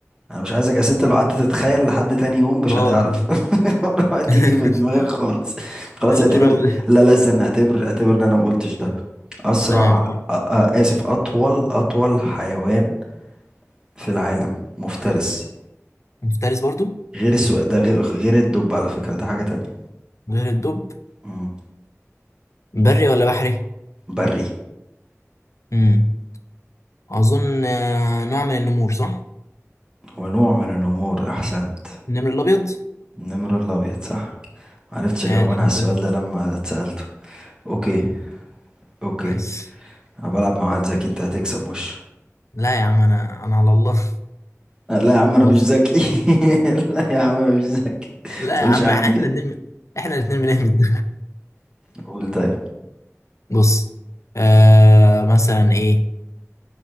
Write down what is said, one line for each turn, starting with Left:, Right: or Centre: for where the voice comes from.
Right: انا مش عايزك يا ست لو قعدت تتخيل لحد تاني يوم مش
Left: اه
Right: هتعرف <laughs> ولا تيجي
Left: <laughs>
Right: في دماغك خالص خلاص
Left: إيه الغراب
Right: اعتبر
Left: ده
Right: لا لا استنى اعتبر اعتبر ان انا ما قلتش ده أسرع
Left: تمام
Right: أ- أ- آسف أطول أطول حيوان في العالم مفترس
Left: مفترس برضو
Right: غير السو... ده غير غير الدب على فكرة ده حاجة تانية
Left: غير الدب
Right: مم.
Left: بري ولا بحري
Right: بري
Left: امم اظن آه، نوع من النمور صح
Right: هو نوع من النمور أحسنت
Left: النمر الابيض
Right: النمر الأبيض صح معرفتش أجاوب
Left: آه الحمد
Right: أنا على السؤال
Left: لله
Right: ده لما اتسألته أوكي أوكي
Left: ماشي
Right: أنا بلعب مع واحد ذكي أنت هتكسب وش
Left: لا يا عم انا انا على الله
Right: لا يا عم أنا
Left: بص
Right: مش ذكي <laughs> لا يا عم أنا مش ذكي
Left: لا
Right: متقولش
Left: يا عم
Right: عني
Left: احنا
Right: كده
Left: النمر احنا الاثنين بنهبد
Right: قول طيب
Left: <laughs> بص آه مثلا ايه